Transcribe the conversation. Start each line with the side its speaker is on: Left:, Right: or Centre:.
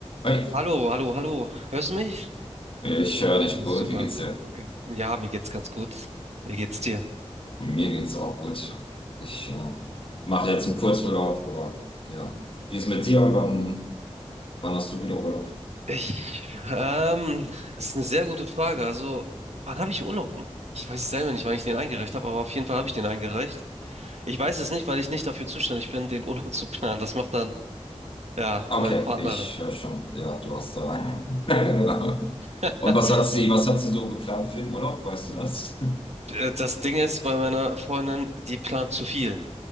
Left: Hi,
Right: Hallo, hallo, hallo. Hörst du mich?
Left: ich höre dich
Right: Äh,
Left: gut.
Right: Super.
Left: Wie geht's dir?
Right: Äh, Ja, mir geht's ganz gut. Wie geht's dir?
Left: Mir geht's auch gut. Ich äh, mache jetzt einen Kurzurlaub, aber ja. Wie ist mit dir? Wann, wann hast du wieder Urlaub?
Right: Ich, ähm, das ist eine sehr gute Frage. Also, wann habe ich Urlaub? Ich weiß es selber nicht, wann ich den eingereicht habe, aber auf jeden Fall habe ich den eingereicht. Ich weiß es nicht, weil ich nicht dafür zuständig bin, den Urlaub zu planen. Das macht dann, ja,
Left: Okay,
Right: meine Partnerin.
Left: ich höre schon. Ja, du hast da. <laughs> Genau.
Right: <laughs>
Left: Und was hat sie, was hat sie so geplant für den Urlaub? Weißt du das?
Right: Äh, Das Ding ist bei meiner Freundin, die plant zu viel.